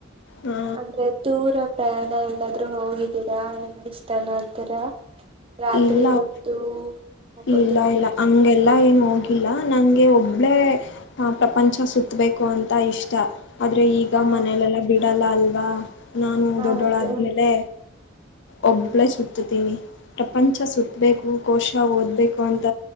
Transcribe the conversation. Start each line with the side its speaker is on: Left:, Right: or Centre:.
Left: ಹಾ
Right: ಅಂದ್ರೆ ದೂರ ಪ್ರಯಾಣ ಇಲ್ಲ ದ್ರೂ ಹೋಗಿದ್ದೀರಾ <unintelligible> ಇಷ್ಟನ ಆ ತರ ರಾತ್ರಿ
Left: ಇಲ್ಲ
Right: ಹೊತ್ತು ಹೋಗೋದಕ್ಕೆ.
Left: ಇಲ್ಲ ಇಲ್ಲ ಹಂಗೆಲ್ಲಾ ಏನು ಹೋಗಿಲ್ಲ ನಂಗೆ ಒಬ್ಳೇ ಆ ಪ್ರಪಂಚ ಸುತ್ತಬೇಕು ಅಂತ ಇಷ್ಟ. ಆದ್ರೆ ಈಗ
Right: ಹಾ
Left: ಮನೇಲೆಲ್ಲಾ ಬಿಡ್ ಡಲ್ಲ ಅಲ್ವಾ ನಾನು
Right: ಹೌದು
Left: ದೊಡ್ಡೋಳಾದ್ಮೇಲೆ ಒಬ್ಬಳೇ ಸುತ್ತುತ್ತೀನಿ ಪ್ರಪಂಚ ಸುತ್ತಬೇಕು ಕೋಶ ಓದಬೇಕು ಅಂತ